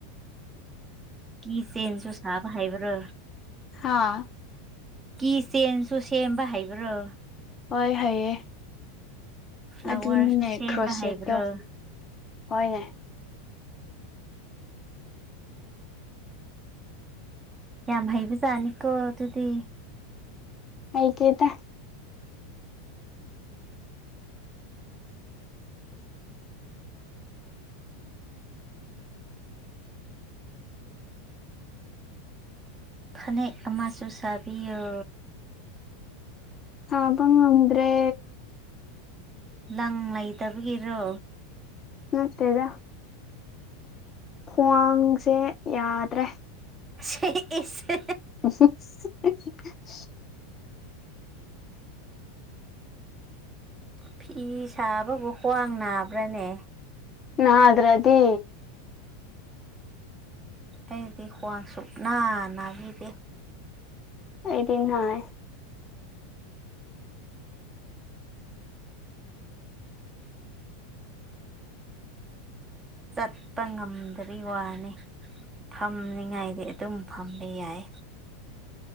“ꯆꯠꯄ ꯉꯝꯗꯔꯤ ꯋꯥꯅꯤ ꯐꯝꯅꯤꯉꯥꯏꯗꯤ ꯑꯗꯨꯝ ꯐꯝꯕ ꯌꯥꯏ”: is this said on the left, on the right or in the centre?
Right